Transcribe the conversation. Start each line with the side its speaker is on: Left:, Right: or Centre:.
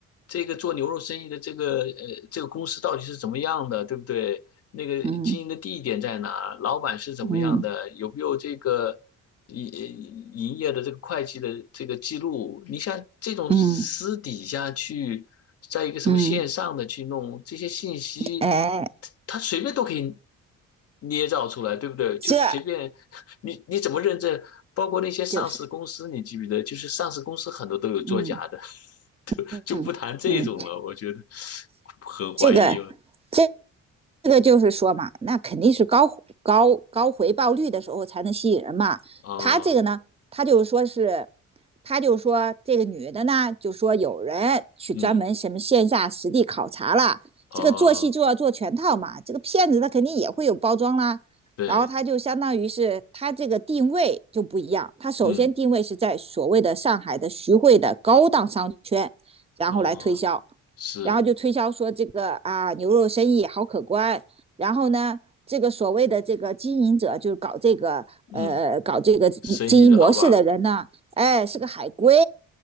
Left: 这个做牛肉生意的这个呃这个公司到底是怎么样的，对不对？那个经营的地点在哪？
Right: 嗯
Left: 老板是怎么样的？
Right: 嗯。
Left: 有没有这个营营业的这个会计的这个记录？你像这种私底下去，
Right: 嗯
Left: 在一个什么线上的去弄这些信息，
Right: 嗯，哎，
Left: 他他随便都可以捏造出来，对不对？
Right: 这
Left: 就是随便。你你怎么认证？包括那些上市公司，
Right: 就是，
Left: 你记不记得？就是上市公司很多都有作假的，
Right: 嗯
Left: <laughs>
Right: 嗯嗯，
Left: 就不谈这种了。我觉得很怀疑了。
Right: 这个这这个就是说嘛，那肯定是高高高回报率的时候才能吸引人嘛。
Left: 啊，
Right: 他这个呢，他就是说是，他就说这个女的呢，就说有人去专门什么线下实地考察了，
Left: 嗯，哦，
Right: 这个做戏就要做全套嘛。这个骗子他肯定也会有包装啦，
Left: 对，
Right: 然后他就相当于是他这个定位就不一样，他首先定位是在所谓的上海的徐汇的高档商圈，
Left: 嗯，
Right: 然后来推销。
Left: 哦，是，
Right: 然后就推销说这个啊牛肉生意好可观，然后呢，这个所谓的这个经营者就是搞这个呃搞这个经营模式的人呢，
Left: 嗯，生意的老板儿，
Right: 哎是个海归，